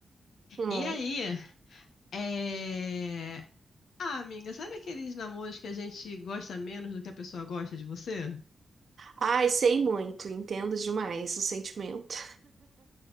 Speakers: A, on the right; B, on the left.
A: hum.
B: E aí, é... Ah, amiga, sabe aqueles namoros que a gente gosta menos do que a pessoa gosta de você?
A: Ai, sei muito, entendo demais o sentimento.